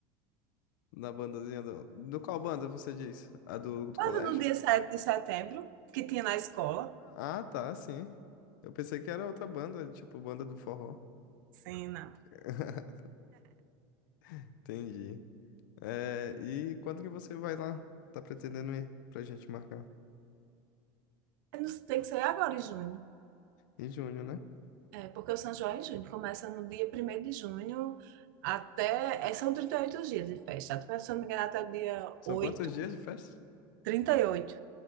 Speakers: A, on the left (about 75°); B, on the right (about 75°).
A: Na bandazinha do... Do qual banda você diz? A do, do colégio?
B: Nada no dia 7 de setembro, que tinha na escola.
A: Ah, tá, sim. Eu pensei que era outra banda, tipo banda do forró.
B: Sim, não.
A: <laughs> Entendi. É, e quando que você vai lá? Tá pretendendo ir pra gente marcar?
B: É, não- Tem que ser agora em junho.
A: Em junho, né?
B: É, porque o São João é em junho. Começa no dia primeiro de junho até... é, são 38 dias de festa. Tu pensa, se eu não me engano, até o dia
A: São
B: 8.
A: quantos dias de festa?
B: 38.